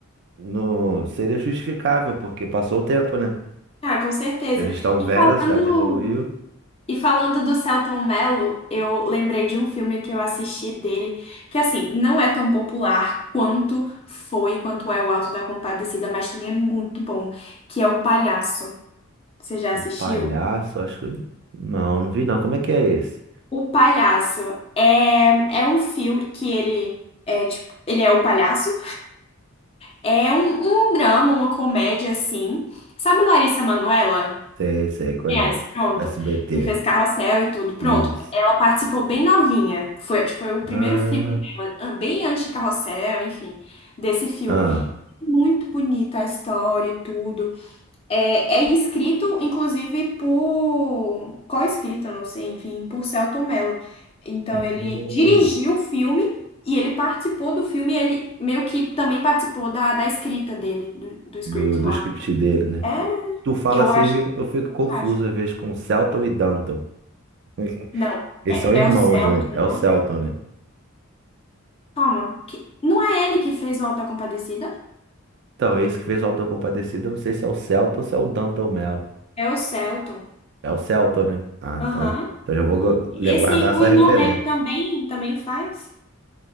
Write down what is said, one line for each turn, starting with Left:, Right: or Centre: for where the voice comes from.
Right: no, seria justificável, porque passou o tempo, né?
Left: Ah, com certeza.
Right: Eles estão
Left: E
Right: velhos,
Left: falando,
Right: a cidade evoluiu.
Left: e falando do Selton Mello, eu lembrei de um filme que eu assisti dele, que assim, não é tão popular quanto foi, quanto é o Alto da Compadecida, mas também é muito bom, que é O Palhaço. Você já
Right: O
Left: assistiu?
Right: palhaço, acho que. Não, não vi não. Como é que é esse?
Left: O Palhaço é, é um filme que ele é tipo, ele é o palhaço. É um, um drama, uma comédia assim. Sabe Larissa Manoela?
Right: Sei, sei, conheço.
Left: Conhece, pronto.
Right: Do SBT.
Left: Que fez Carrossel e tudo. Pronto.
Right: Isso.
Left: Ela participou bem novinha. Foi, acho que foi o primeiro
Right: Ah,
Left: filme dela, ah, bem antes de Carrossel, enfim, desse filme.
Right: ah.
Left: Muito bonita a história e tudo. É, é escrito, inclusive, por... Co-escrito, não sei, enfim, por Selton Mello. Então,
Right: Hum.
Left: ele dirigiu o filme e ele participou do filme. e Ele meio que também participou da, da escrita dele, do, do script
Right: Do, do
Left: lá.
Right: script dele, né?
Left: É,
Right: Tu fala
Left: eu
Right: seja,
Left: acho
Right: eu fico confuso
Left: fantástico.
Right: às vezes com Celton e Danton. <laughs>
Left: Não,
Right: Eles
Left: é,
Right: são irmãos,
Left: é o Selton,
Right: né? É o
Left: não?
Right: Celton, né?
Left: Calma, que... não é ele que fez o Auto da Compadecida?
Right: Então, esse que fez o Auto da Compadecida, eu não sei se é o Celta ou se é o Danton Mello.
Left: É o Selton.
Right: É o Celta, né? Ah,
Left: Aham.
Right: então, então já vou gu-
Left: Esse,
Right: guardar
Left: o
Right: essa
Left: irmão
Right: referência.
Left: dele também, também faz